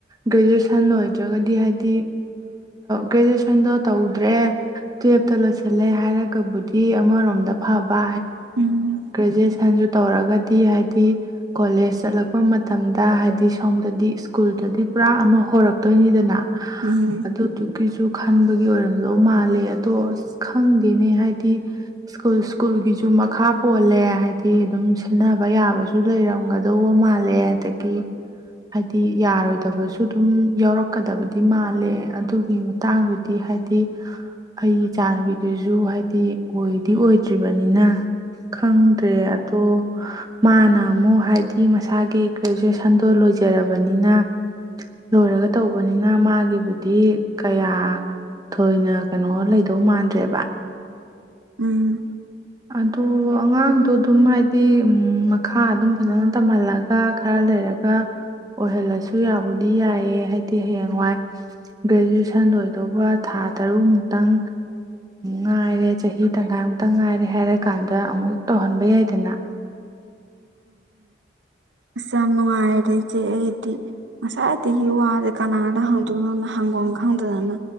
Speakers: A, on the right (about 20°); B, on the right (about 85°).
A: ꯒ꯭ꯔꯦꯖꯨꯑꯦꯁꯟ ꯂꯣꯏꯗ꯭ꯔꯒꯗꯤ ꯍꯥꯏꯗꯤ ꯒ꯭ꯔꯦꯖꯨꯑꯦꯁꯟꯗꯣ ꯇꯧꯗ꯭ꯔꯦ ꯇꯨꯋꯞꯇ ꯂꯣꯏꯁꯤꯜꯂꯦ ꯍꯥꯏꯔꯒꯕꯨꯗꯤ ꯑꯃꯔꯣꯝꯗ ꯐꯕ
B: ꯎꯝ
A: ꯒ꯭ꯔꯦꯖꯁꯟ ꯇꯧꯔꯒꯗꯤ ꯍꯥꯏꯗꯤ ꯀꯣꯂꯦ ꯆꯠ ꯂꯄ ꯃꯇꯝꯗ ꯍꯥꯏꯗꯤ ꯁꯣꯝꯗꯗꯤ ꯁ꯭ꯀꯨꯜꯗꯗꯤ ꯄꯨꯔꯥ ꯑꯃ ꯍꯧꯔꯛꯇꯣꯏꯅꯤꯗꯅ
B: ꯎꯝ
A: ꯑꯗꯨꯗꯨꯒꯤꯁꯨ ꯈꯟꯕꯒꯤ ꯑꯣꯏꯔꯝꯂꯣ ꯃꯥꯜꯂꯦ ꯑꯗꯣ ꯑꯁ ꯈꯪꯗꯦꯅꯦ ꯍꯥꯏꯗꯤ ꯁ꯭ꯀꯨꯜ ꯁ꯭ꯀꯨꯜꯒꯤꯁꯨ ꯈꯥ ꯄꯣꯜꯂꯦ ꯍꯥꯏꯗꯤ ꯑꯗꯨꯝ ꯁꯤꯟꯅꯕ ꯌꯥꯕꯁꯨ ꯂꯩꯔꯝꯒꯗꯧꯕ ꯃꯥꯜꯂꯦ ꯑꯗꯒꯤ ꯍꯥꯏꯗꯤ ꯌꯥꯔꯣꯏꯗꯕꯁꯨ ꯑꯗꯨꯝ ꯌꯥꯎꯔꯛꯀꯗꯕꯗꯤ ꯃꯥꯜꯂꯦ ꯑꯗꯨꯒꯤ ꯃꯇꯥꯡꯗꯨꯗꯤ ꯍꯥꯏꯗꯤ ꯗꯤ ꯑꯩꯒꯤ ꯏ ꯆꯥꯟꯅꯕꯤꯗꯨꯁꯨ ꯍꯥꯏꯗꯤ ꯑꯣꯏꯗꯤ ꯑꯣꯏꯗ꯭ꯔꯤꯕꯅꯤꯅ ꯈꯪꯗ꯭ꯔꯦ ꯑꯗꯣ ꯃꯥꯅ ꯑꯃꯨꯛ ꯍꯥꯏꯕꯗꯤ ꯃꯁꯥꯒꯤ ꯒ꯭ꯔꯦꯖꯨꯑꯦꯁꯟꯗꯣ ꯂꯣꯏꯖꯔꯕꯅꯤꯅ ꯂꯣꯏꯔꯒ ꯇꯧꯕꯅꯤꯅ ꯃꯥꯒꯤꯕꯨꯗꯤ ꯀꯌꯥ ꯊꯣꯏꯅ ꯀꯩꯅꯣ ꯂꯩꯗꯧ ꯃꯥꯟꯗ꯭ꯔꯦꯕ
B: ꯎꯝ
A: ꯑ ꯑꯉꯥꯡꯗꯣ ꯑꯗꯨꯝ ꯍꯥꯏꯗꯤ ꯃꯈꯥ ꯑꯗꯨꯝ ꯐꯖꯅ ꯇꯝꯍꯜꯂꯒ ꯈꯔ ꯂꯩꯔꯒ ꯑꯣꯏꯍꯜꯂꯁꯨ ꯌꯥꯕꯨꯗꯤ ꯌꯥꯏꯑ ꯍꯥꯏꯗꯤ ꯍꯌꯦꯡꯋꯥꯏ ꯒ꯭ꯔꯦꯖꯨꯑꯦꯁꯟ ꯂꯣꯏꯗꯧꯕ ꯊꯥ ꯇꯔꯨꯛ ꯃꯨꯛꯇꯪ ꯉꯥꯏꯔꯦ ꯆꯍꯤ ꯇꯪꯈꯥꯏ ꯑꯃꯨꯛꯇ ꯉꯥꯏꯔꯦ ꯍꯥꯏꯔ ꯀꯥꯟꯗ ꯑꯃꯨꯛ ꯇꯧꯍꯟꯕ ꯌꯥꯏꯗꯅ
B: ꯑꯣꯁꯝ ꯅꯨꯡꯉꯥꯏꯔꯦꯗꯤ ꯃꯁꯥꯏꯇꯒꯤ ꯋꯥ ꯑꯗꯨꯀꯥꯟꯅꯥꯗ ꯍꯥꯡꯗꯅ ꯍ ꯑꯗꯨꯗꯅ